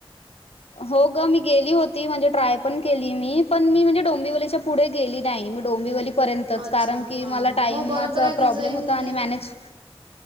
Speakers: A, on the left (about 80°); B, on the right (about 55°).
A: हो ग मी गेली होती म्हणजे ट्राय पण केली मी पण मी म्हणजे डोंबिवलीच्या पुढे गेली नाय म डोंबिवली र्यतच
B: अच्छा,
A: कारण की
B: हां.
A: मला टाइमा
B: हो, बरोबर
A: चा
B: आहे
A: प्रॉब्लेम
B: तुझे
A: होता
B: म्हणजे
A: आणि मॅनेज